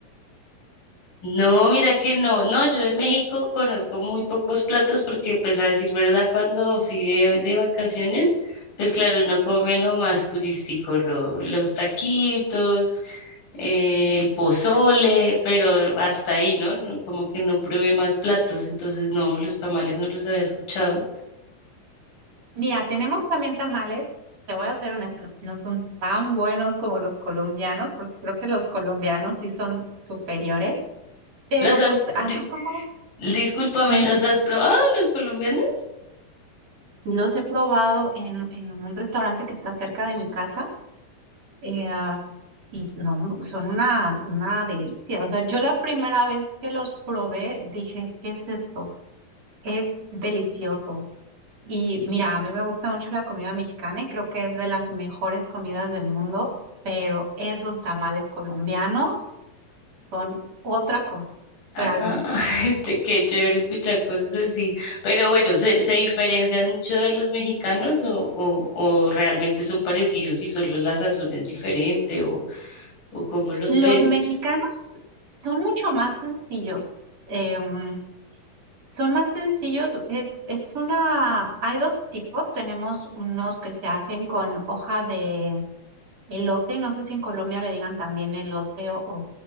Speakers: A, on the left; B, on the right.
A: No, mira que no, no, yo de México conozco muy pocos platos porque pues a decir verdad, cuando fui de, de vacaciones, pues claro, uno come lo más turístico, lo- los taquitos, eh, el pozole, pero hasta ahí, ¿no? No, Como que no probé más platos, entonces no, los tamales no los había escuchado.
B: Mira, tenemos también tamales. Te voy a ser honesta, no son tan buenos como los colombianos, porque creo que los colombianos sí son superiores, pero
A: ¿Los has,
B: pues así
A: di-
B: como
A: discúlpame,
B: Sí,
A: ¿los has probado los colombianos?
B: sí los he probado en, en un restaurante que está cerca de mi casa eh, ah, y no, son una, una delicia. O sea, yo la primera vez que los probé dije, ¿qué es esto? Es delicioso. Y mira, a mí me gusta mucho la comida mexicana y creo que es de las mejores comidas del mundo, pero esos tamales colombianos son otra cosa,
A: Ah,
B: realmente.
A: <laughs> de qué chévere escuchar cosas así. Pero bueno, ¿se, se diferencian mucho de los mexicanos o, o, o realmente son parecidos y solo la sazón es diferente o, o cómo los
B: Los
A: ves?
B: mexicanos son mucho más sencillos. em, Son más sencillos, es, es una, hay dos tipos, tenemos unos que se hacen con hoja de elote, no sé si en Colombia le digan también elote o, o,